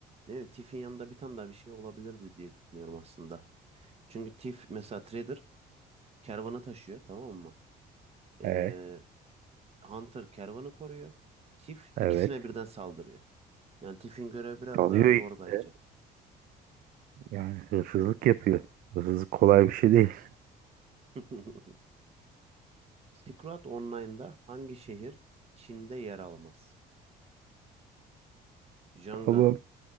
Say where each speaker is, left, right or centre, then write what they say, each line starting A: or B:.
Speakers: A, on the right (about 35°); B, on the right (about 55°).
A: Evet, TIF'in yanında bir tane daha bir şey olabilirdi diye düşünüyorum aslında. Çünkü TIF mesela trader kervanı taşıyor tamam mı? Ee,
B: E,
A: Hunter kervanı koruyor. TIF
B: evet.
A: ikisine birden saldırıyor. Yani TIF'in görevi biraz
B: Çalıyor
A: daha zor
B: işte.
A: bence.
B: Yani hırsızlık yapıyor. Hırsızlık kolay bir şey değil.
A: <laughs> Silk Online'da hangi şehir Çin'de yer almaz? Yangon,
B: <laughs> Tamam.